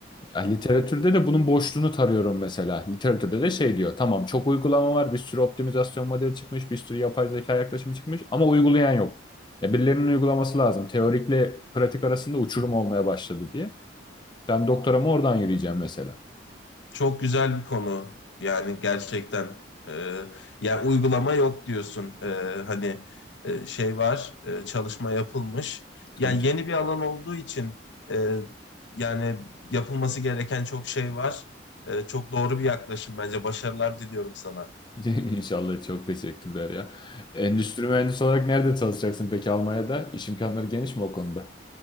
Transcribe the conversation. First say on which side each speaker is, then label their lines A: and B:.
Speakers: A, on the left; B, on the left.
A: Ya literatürde de bunun boşluğunu tarıyorum mesela. Literatürde de şey diyor. Tamam çok uygulama var. Bir sürü optimizasyon modeli çıkmış. Bir sürü yapay zeka yaklaşımı çıkmış. Ama uygulayan yok. Ya birilerinin uygulaması lazım. Teorikle pratik arasında uçurum
B: <laughs>
A: olmaya başladı diye. Ben doktoramı oradan yürüyeceğim mesela.
B: Çok güzel bir konu. Yani gerçekten e, yani uygulama yok diyorsun. E, hani e, şey var, e, çalışma yapılmış.
A: Tabii
B: Yani
A: tabii.
B: yeni bir alan olduğu için e, yani yapılması gereken çok şey var. E, çok doğru bir yaklaşım bence. Başarılar diliyorum sana.
A: <laughs> İnşallah çok teşekkürler ya. Endüstri mühendisi olarak nerede çalışacaksın peki Almanya'da? İş imkanları geniş mi o konuda?